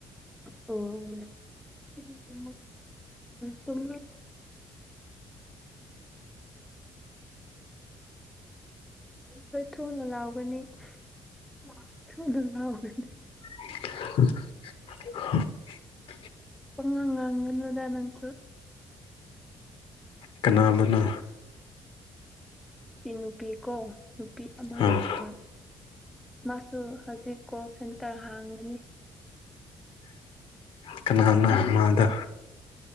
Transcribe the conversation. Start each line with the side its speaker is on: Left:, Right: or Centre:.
Centre: ꯑꯣ ꯇꯦ ꯀꯣ ꯇꯣ <inaudible> ꯍꯈꯣꯏ ꯊꯨꯅ ꯂꯥꯎꯒꯅꯤ ꯃꯥ ꯊꯅ ꯂꯒꯅꯤ
Left: <inaudible>
Centre: ꯄꯉ ꯉꯥꯡꯗꯥꯅꯁꯨ
Left: ꯀꯅꯥꯕꯨꯅ
Centre: ꯏ ꯅꯨꯄꯤꯀꯣ ꯅꯨꯄꯤ ꯑꯃ
Left: ꯑꯥ
Centre: ꯂꯩꯕ ꯃꯥꯁꯨ ꯍꯧꯖꯤꯛ ꯀꯣꯜ ꯁꯦꯟꯇꯔ ꯍꯥꯡꯒꯅꯤ
Left: ꯀꯅꯥꯅꯣ ꯃꯥꯗ